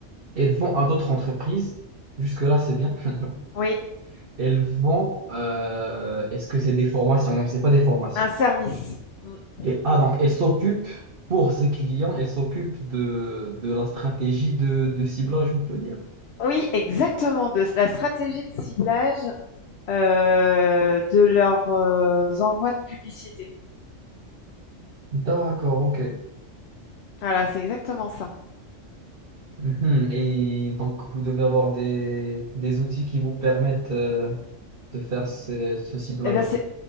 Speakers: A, on the right; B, on the left.
A: elle vend à d'autres entreprises. Jusque-là, c'est bien. <laughs>
B: Oui,
A: Elles vont, euh, est-ce que c'est des formations? Non, c'est pas des formations.
B: un service. Mmh.
A: Et ah, donc elles s'occupent, pour ses clients, elles s'occupent de, de la stratégie de, de ciblage, on peut dire.
B: Oui, exactement, de la stratégie de ciblage, heu, de leurs, heu, envois de publicité.
A: D'accord, ok.
B: Voilà, c'est exactement ça.
A: Mhm. Et donc vous devez avoir des, des outils qui vous permettent euh, de faire ce, ce ciblage-là.
B: Eh bien, c'est